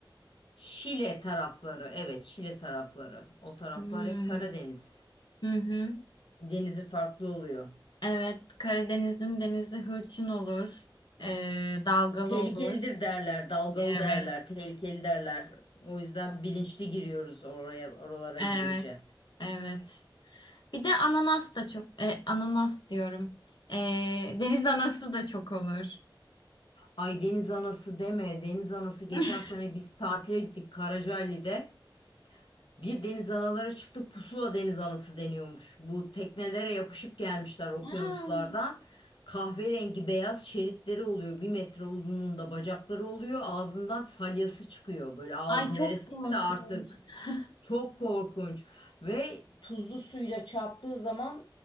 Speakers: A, on the left (about 80°); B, on the left (about 60°).
A: Şile tarafları. Evet, Şile tarafları. O taraflar
B: Hmm.
A: hep Karadeniz.
B: Hı hı.
A: Denizi farklı oluyor.
B: Evet, Karadeniz'in denizi hırçın olur. Ee, dalgalı
A: Tehlikelidir
B: olur.
A: derler, dalgalı
B: Evet,
A: derler, tehlikeli derler. O yüzden bilinçli giriyoruz oraya, oralara
B: evet,
A: gidince.
B: evet. Bir de ananas da çok, e, ananas diyorum. Ee, deniz anası da çok olur.
A: Ay deniz anası deme, deniz anası geçen
B: <laughs>
A: sene biz tatile gittik Karacaali'de. Bir deniz analara çıktık pusula deniz anası deniyormuş. Bu teknelere yapışıp gelmişler okyanuslardan.
B: Aa,
A: Kahverengi beyaz şeritleri oluyor. Bir metre uzunluğunda bacakları oluyor. Ağzından salyası çıkıyor. Böyle ağzı
B: Ay çok
A: neresiyse
B: korkunç.
A: artık.
B: <laughs>
A: Çok korkunç ve tuzlu suyla çarptığı zaman